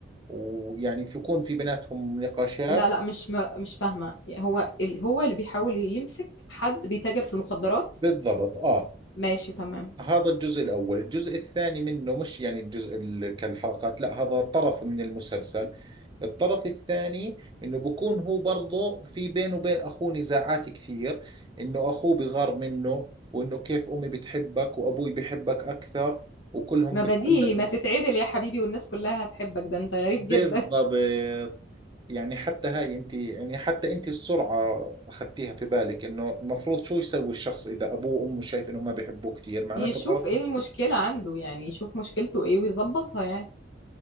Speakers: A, on the right (about 25°); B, on the left (about 85°).
A: ويعني بيكون في بيناتهم نقاشات
B: لا لا مش ما مش فاهمه يعني هو ال... هو اللي بيحاول يمسك حد بيتاجر في المخدرات
A: بالضبط اه
B: ماشي تمام
A: هذا الجزء الأول الجزء الثاني منه مش يعني الجزء ال- كالحلقات لا هذا طرف من المسلسل الطرف الثاني انه بكون هو برضه في بينه وبين اخوه نزاعات كثير انه اخوه بغار منه وانه كيف امي بتحبك وابوي بحبك اكثر وكلهم
B: ما
A: بتعلقوا
B: بديهي ما تتعدل يا حبيبي والناس كلها هتحبك ده انت غريب
A: بالضبط
B: جدا
A: يعني حتى هاي انت يعني حتى انت السرعة اخذتيها في بالك انه المفروض شو يسوي الشخص اذا ابوه وامه شايف انه ما بيحبوه كثير
B: <laughs>
A: معناته
B: يشوف
A: الغلط
B: ايه المشكله عنده يعني يشوف مشكلته ايه ويظبطها يعني